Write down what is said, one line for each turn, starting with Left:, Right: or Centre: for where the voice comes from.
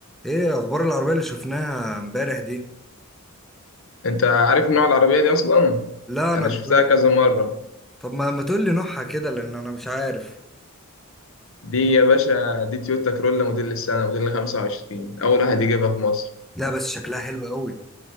Centre: ايه اخبار العربية اللي شفناها امبارح دي
Left: انت عارف نوع العربية دي اصلا
Centre: لا انا
Left: انا شفتها
Centre: ب...
Left: كذا مرة
Centre: طب ما ما تقول لي نوعها كده لان انا مش عارف
Left: دي يا باشا دي تويوتا كرولا موديل السنة موديل 25 اول واحد يجيبها في مصر
Centre: لا بس شكلها حلو قوي